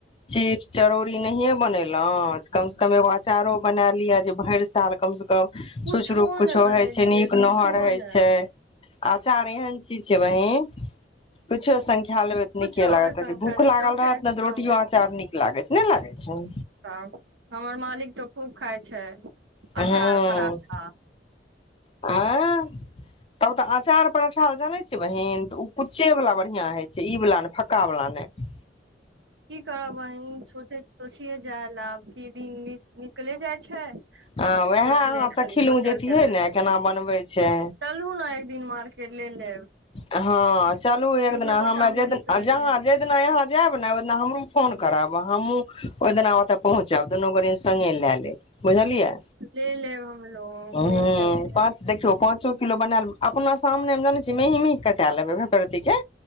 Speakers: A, on the left; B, on the right.
A: चीपस जरूरी नहि बनेलहू कमसँ कम एगो अचारो बना लिए जे भरि साल कम सॅं कम क
B: कुछो
A: शुचरूप कछो
B: नहि बनेलियै
A: होइ छै नीक
B: कुछो
A: नहर हैइ
B: नहि
A: छै आ चार एहन चीज छै बहिन कुछो संख्या लेबे तऽ
B: कुछो
A: नीके लागत
B: के संग
A: भूख
B: खा ले
A: लागल
B: चोखे
A: रहत न
B: के
A: ने
B: संग
A: तऽ रोटियो आंचार नीक लागे छै नहि लागै छै
B: तऽ हमर मालिक तऽ खूब खाइ छै
A: हँ
B: अचार पराठा
A: आ तब तऽ अँचार पठा जानै छ बहीन तऽ ओ कुच्चे वला बढ़िआँ होइ छै ई वला नहि फक्कावला नहि
B: की करब बहिन सोच सोचिये जायल आब की दिन निकले जाइ छै
A: ह
B: आ हमे
A: उएह
B: सोचले
A: अहाँ सखी
B: खाली सोचल
A: लू जैतिहे
B: के रहे
A: ने केना बनबै छै
B: चलू ने एक दिन मार्केट ले लेब
A: हँ चलू एक
B: दुनू
A: दिना
B: गोटा
A: हमे
B: मिल
A: जेड
B: करके
A: जहाँ हि दिना यहाँ जायब ने ओहि दिना हमरो फोन करब हमहुँ ओहि दिना ओते पहुँचब दुनू गरे सोन्गे ले लैब बुझलियै
B: ले लेब हमलोग
A: ह
B: मिल करके
A: पाँच देखियौ पाँचो किलो बना ले अपना सामनेमे जानै छी मेहीं मेहं कटा लेबै भरतती के